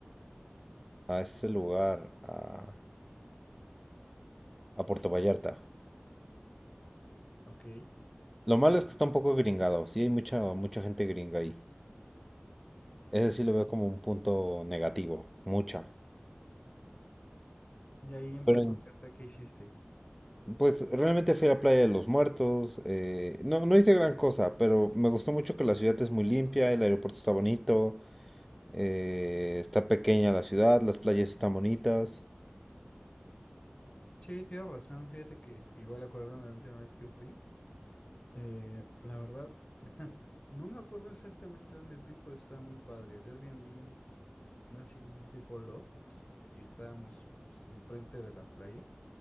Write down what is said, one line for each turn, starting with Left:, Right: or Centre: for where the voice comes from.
Centre: a este lugar, a, a Puerto Vallarta.
Left: Ok.
Centre: Lo malo es que está un poco gringado, sí hay mucha, mucha gente gringa ahí. Ese
Left: Mm.
Centre: sí lo veo como un punto negativo, mucha.
Left: Y ahí en Puerto
Centre: Pero en-
Left: Vallarta, ¿qué hiciste?
Centre: pues realmente fui a la Playa de los Muertos, eh, no, no hice gran cosa, pero me gustó mucho que la ciudad es muy limpia, el aeropuerto está bonito, eh, está pequeña la ciudad, las playas están bonitas.
Left: Sí, tienes razón. Fíjate que igual acordando la última vez que fui, eh, la verdad, <laughs> no me acuerdo exactamente dónde fui, pero estaba muy padre. El Airbnb, no así como un tipo loft, y estábamos pues, enfrente de la playa.